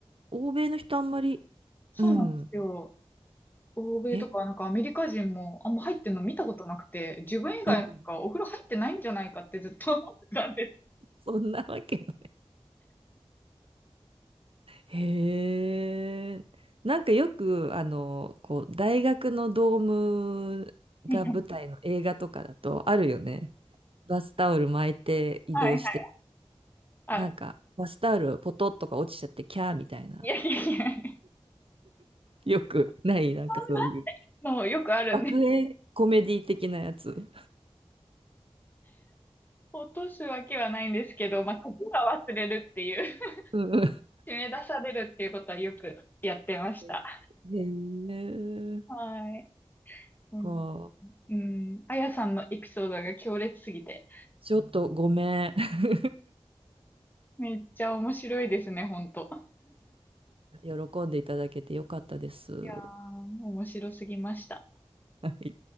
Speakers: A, on the right; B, on the left.
A: 欧米の人あんまり、
B: そうなんですよ。
A: うん。
B: 欧米とか、
A: え、
B: なんかアメリカ人もあんま入ってんの見たことなくて、自分以外なんかお風呂入ってないんじゃないかってずっと思ってたん
A: うん。そんなわけへえ。なんかよく、あの、こう、大学のドームが舞台の映画とかだとあるよね。
B: はいはい。
A: バスタオル巻いて移動して、
B: はいはいはいはいあ、
A: なんか、バスタオルポトッとか落ちちゃってキャーみたいな。
B: いやいやいや、
A: よくない、なんかそういう。
B: そんなのよくあるんで、
A: 学園コメディ的なやつ。
B: 落とすわけはないんですけど、まあ、がは忘れるっていう、
A: うんう
B: 締め出されるっていうことはよくやってました。
A: ん。へえ。
B: はい。うん、
A: こう
B: うん、あやさんのエピソードが強烈すぎて、
A: ちょっとごめん。<laughs>
B: めっちゃ面白いですね、ほんと。
A: 喜んでいただけてよかったです。
B: いやー、面白すぎました。
A: はい